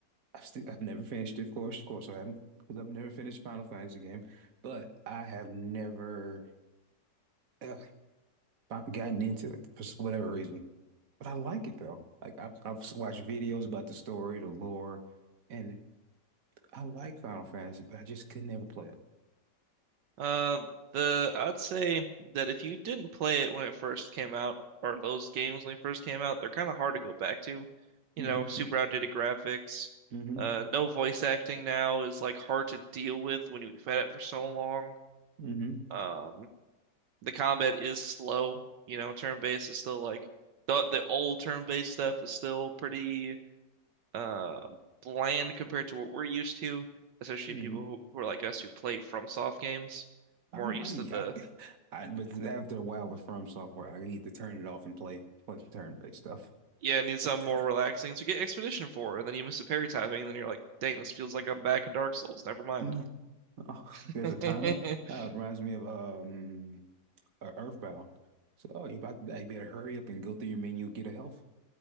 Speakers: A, on the right; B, on the right.
A: I've still I've never finished it, of course. Of course I haven't. Because I've never finished Final Fantasy game. But I have never uh, gotten into it for s- whatever reason. But I like it though. Like I've I've watched videos about the story, the lore, and I like Final Fantasy, but I just could never play it.
B: Uh, the I'd say that if you didn't play it when it first came out, or those games when they first came out, they're kind of hard to go back to. You
A: Mhm,
B: know, super outdated graphics.
A: hmm
B: Uh, no voice acting now is like hard to deal with when you've had it for so long.
A: hmm
B: Um, the combat is slow. You know, turn-based is still like the the old turn-based stuff is still pretty uh bland compared to what we're used to, especially
A: hmm
B: people who, who are like us who play FromSoft games, more
A: I'm
B: used
A: I'm
B: to
A: yuck.
B: the
A: I, but after a while with From Software, I need to turn it off and play play some turn-based stuff
B: Yeah, it needs
A: like
B: something
A: that.
B: more relaxing.
A: <laughs>
B: So get Expedition 4, and then you miss a parry timing, and then you're like, dang, this feels like I'm back in Dark Souls. Never mind.
A: No, Oh,
B: <laughs>
A: there's a timer. Uh, reminds me of um uh, Earthbound. So oh, you about to die. You better hurry up and go through your menu, get a health,